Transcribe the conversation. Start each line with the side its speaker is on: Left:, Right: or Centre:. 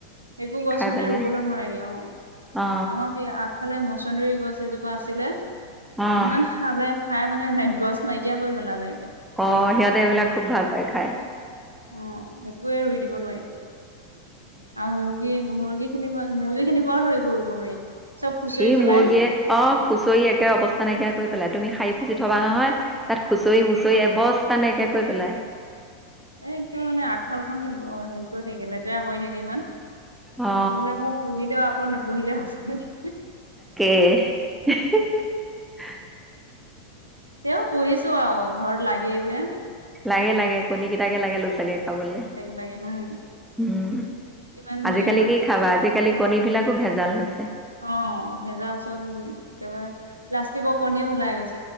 Right: একো গছ
Centre: খাই
Right: মানে
Centre: পেলাই
Right: ৰুবলৈ নোৱাৰি। অ'
Centre: অ
Right: আমাৰ আগফালে মছন্দৰী গছ জোপা আছিলে
Centre: অ
Right: ইমান খালে। খাই মানে নাই গছ নাইকিয়া কৰি পেলালেগে।
Centre: অ', সিহঁতে এইবিলাক খুব ভাল পায় খাই।
Right: অ', একোৱে ৰুই দিব নোৱাৰি। মানে আৰু মুৰ্গী-মুৰ্গী চি পোৱা মুৰ্গী খিনি বাৰ হৈ কৰিব নোৱাৰি। চব খুচৰি
Centre: ই
Right: পেলাই
Centre: মুৰ্গীয়ে অ' খুচৰি একে অৱস্থা নাইকিয়া কৰি পেলাই। তুমি শাৰী
Right: অ
Centre: পুচি থবা নহয় তাত খুচৰি মুুচৰি এবস্তা নাইকা কৈ পেলাই।
Right: এই মানে আগফালখন সেই কৰি থাকে লেতেৰা কৰি থাকে ইমান।
Centre: অ
Right: এইবিলাক মোৰ পুঢ়িলেও আপদ নুপুঢ়িলেও আপদ।
Centre: <inaudible>
Right: তেওঁ পুহিছো আৰু ঘৰত লাগেই যে।
Centre: লাগে লাগে কণী কেইটাকে লাগে ল'ৰা ছোৱালীয়ে খাবলৈ।
Right: লাগে উম
Centre: উম।
Right: কিমান
Centre: আজিকালি
Right: এইয়া
Centre: কি খাবা আজিকালি কণীবিলাকো ভেজাল। হৈছে
Right: অ', ভেজাল চব একেবাৰে প্লাষ্টিকৰ কণীও ওলাই গৈছে।